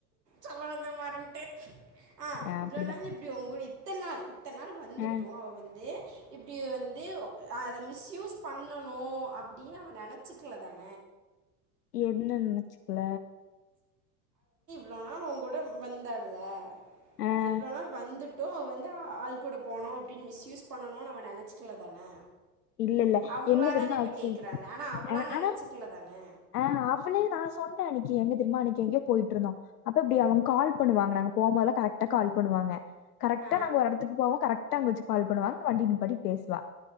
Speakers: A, on the right; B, on the left.
A: சொல்ல வந்தத மறந்துட்ட அ
B: ஆஹ்
A: இவ்ளோ
B: அப்படிதான்
A: நாள் இப்டி உங்கோட இத்தன் நாள் இத்தன் நாள் வந்துட்டோ
B: ஆஹ்
A: அவ வந் இப்டி வந்து அத மிஸ் யூஸ் பண்ணணோ அப்டீனு அவ நெனச்சக்குல தானே
B: என்ன நெனச்சுக்குல
A: இவ்ளோ நாள் உங் கூட வந்தேல
B: ஆஹ்
A: இவ்ளோ நாள் வந்துட் ட்டோ அவ வந்து ஆள் கூட போனோ அப்டீன்னு மிஸ்யூஸ் பண்ணனோனு அவ நெனச்சுக்குல தானே
B: இல்ல இல்ல
A: அவங்களா
B: என்ன தெரியுமா
A: தானே இப்போ
B: ஆச்சு
A: கேட்குறாங்க ஆனால் அவளாக
B: அ ஆனா
A: நினச்சிக்கல தானே
B: அ அவ்ளே நா சொன்னே அன்னைக்கு எங்க தெரிமா அன்னைக்கு எங்கயோ போயிட்டுருந்தோ அப்ப அப்படி அவங்க கால் பண்ணுவாங்க நாங்க போகுபோதல்லா கரெக்டா கால் பண்ணுவாங்க கரெக்டா
A: ஆ
B: நாங்க ஒரு எடத்துக்கு போவோ கரெக்டா அங்க வச்சு கால் பண்ணுவாங்க வண்டி நிப்பாடி பேசுவா